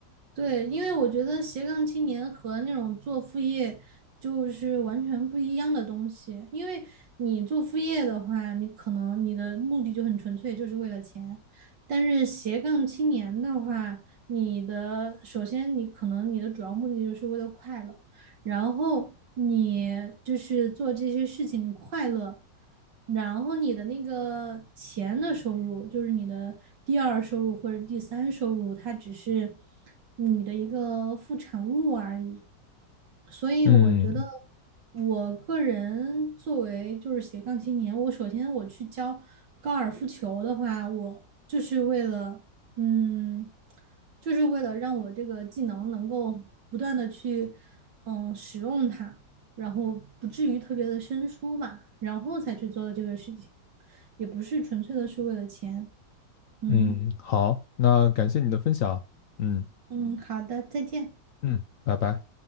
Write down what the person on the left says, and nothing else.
嗯
嗯，好，那感谢你的分享，嗯
嗯，拜拜。